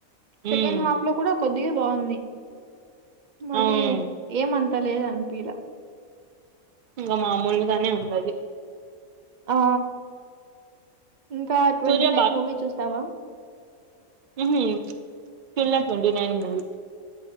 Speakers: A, on the right (about 40°); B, on the right (about 70°).
A: సెకండ్
B: ఉమ్
A: హాఫ్లో కూడా కొ ద్దిగా బాగుంది మళ్ళీ
B: అవును
A: ఏమంత లేదునిపిలా
B: ఇంకా మామూలుగానే ఉందది
A: ఆ ఇంకా ట్వంటీ
B: సూర్య
A: నైన్ మూవీ చూశావా
B: ఉహ్మ్ చూడ్లే ట్వంటీ నైన్ మూవీ